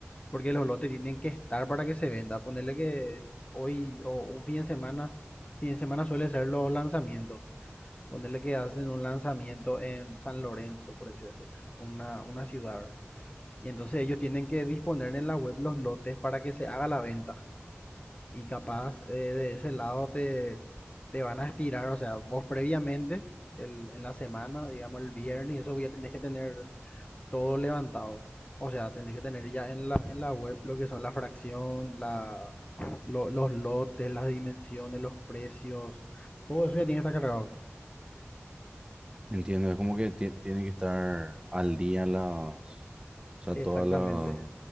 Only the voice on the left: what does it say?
Porque los lotes tienen que estar para que se venda. Ponerle que hoy o un fin de semana, fin de semana suele ser los lanzamientos. Ponerle que hacen un lanzamiento en San Lorenzo, por así decirlo, una, una ciudad, ¿verdad? Y entonces ellos tienen que disponer en la web los lotes para que se haga la venta. Y capaz eh, de ese lado te, te van a estirar, o sea, vos previamente, el, en la semana, digamos el viernes, y eso ya tenés que tener todo levantado. O sea, tenés que tener ya en la, en la web lo que son la fracción, la, lo- los lotes, las dimensiones, los precios, todo eso ya tiene que estar cargado.
Exactamente.